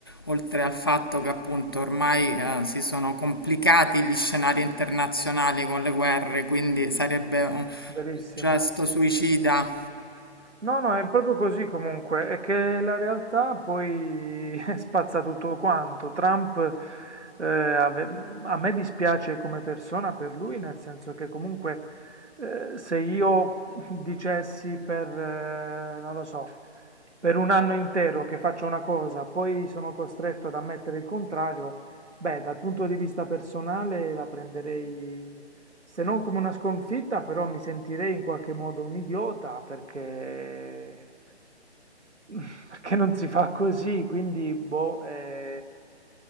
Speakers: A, on the left; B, on the right.
A: oltre al fatto che appunto ormai eh, si sono complicati gli scenari internazionali con le guerre, quindi sarebbe un
B: verissimo.
A: gesto suicida.
B: No, no, è proprio così comunque, è che la realtà poi <laughs> spazza tutto quanto. Trump, eh, ave- a me dispiace come persona per lui, nel senso che comunque eh, se io dicessi per, eh, non lo so, per un anno intero che faccio una cosa, poi sono costretto ad ammettere il contrario, beh, dal punto di vista personale la prenderei se non come una sconfitta, però mi sentirei in qualche modo un idiota perché, <laughs> perché non si fa così, quindi boh, eh,